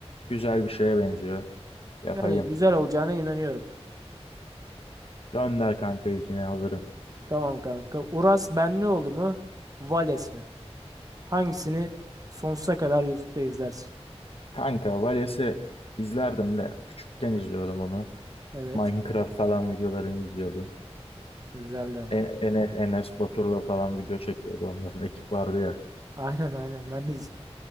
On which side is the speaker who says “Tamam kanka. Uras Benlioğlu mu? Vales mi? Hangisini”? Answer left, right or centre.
Right